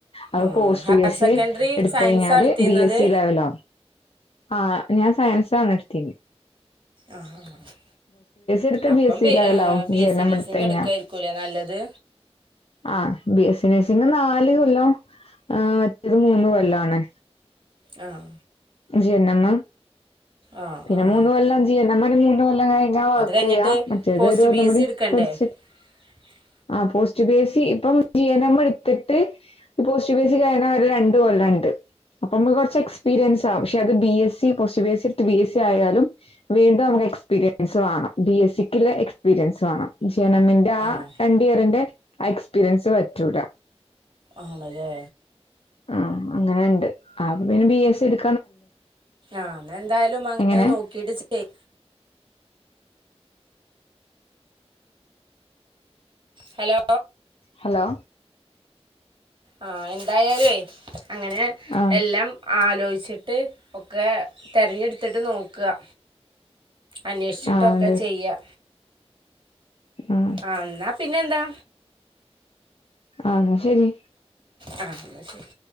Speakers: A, on the left; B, on the right.
A: അപ്പൊ
B: ആ
A: post
B: higher
A: B S C
B: secondary
A: എടുത്ത
B: സയൻസാ
A: കഴിഞ്ഞാല്
B: എടുത്തിരുന്നത്
A: ബി എസ് സി ലെവല ആഹ്‌ ഞാൻ സയൻസാണ് എടുത്തിനി
B: ആഹ്‌ ആഹ് ആഹ്‌
A: എടുത്ത
B: അപ്പം
A: ബി എസ് സി ലെവലാവും
B: ബി
A: വിശീലനം
B: എസ്സി നഴ്സിങ്
A: എടുത്ത് കഴിഞ്ഞാ
B: എടുക്കായിരിക്കൂല്ലേ നല്ലത്
A: ആ ഹ്‌ ബി എസ് സി നേഴ്സിംഗ് നാല് കൊല്ലം ആ മറ്റേത് മൂന്ന് കൊല്ലം ആണ്
B: ആഹ്‌
A: ജി എൻ എം
B: ആഹ്
A: പിന്നെ
B: ആഹ്
A: മൂന്ന് കൊല്ലം ജി എൻ എം ന് മൂന്ന് കൊല്ലം ആയി ഞാൻവർക്ക്
B: അത് കഴിഞ്ഞിട്ട്
A: ചെയ്യ മറ്റേത്
B: പോസ്റ്റ്
A: ഒരു കൊല്ലം
B: പി എസ്
A: കൂടി
B: സി എടുക്കണ്ടേ
A: പഠിച്ച്
B: <inaudible>
A: ആ പോസ്റ്റ് ബി എസ് ഇപ്പം ജി എൻ എം എടുത്തിട്ട് ഈ പോസ്റ്റഫേസിയ വരെ രണ്ട് കൊല്ലം ഉണ്ട് അപ്പൊ നമ്മ കുറ എക്സ്പീരിയൻസ് പക്ഷെ അത് B S C post B S C B S C ആയാലും വീണ്ടും നമുക്ക് എക്സ്പീരിയൻസ് വേണം ബി എസ് സക്ക്ല് എക്സ്പീരിയൻസ് വേണം ജി എൻ എം ആ
B: ആണോ
A: രണ്ട് ഇയറിന്റെ എക്സ്പീരിയൻസ് പറ്റൂല
B: ആണല്ലെ
A: ആ അങ്ങനെണ്ട് അപ്പ പിന്നെ ബി എസ് സിഎടു
B: ആന്നഎന്തായാലും അങ്ങനെ
A: എങ്ങനെ
B: നോക്കിട്ട് ചെയ് ഹലോ
A: ഹലോ
B: ആഹ് എന്തായാലുംഏ അങ്ങനെ
A: ആ
B: എല്ലാം ആലോചിച്ചിട്ട് ഒക്കെ തിരഞ്ഞെടുത്തിട്ട് നോക്ക അന്വേഷിച്ചിട്ടൊക്കെ
A: ആ അതെ
B: ചെയ്യാ
A: ഉം
B: ആ എന്നാപിന്നെ എന്താ
A: ആഹ് എന്ന ശരി
B: ആ എന്നാ ശരി